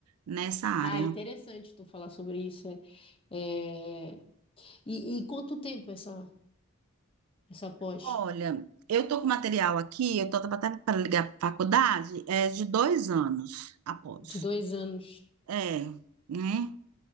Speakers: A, on the right (about 80°); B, on the left (about 25°).
A: nessa área.
B: Ah, é interessante tu falar sobre isso. É. É, E, e quanto tempo essa, essa pós?
A: Olha, eu tô com material aqui, eu tô até para ligar para a faculdade, é de dois anos após.
B: De dois anos.
A: É, né?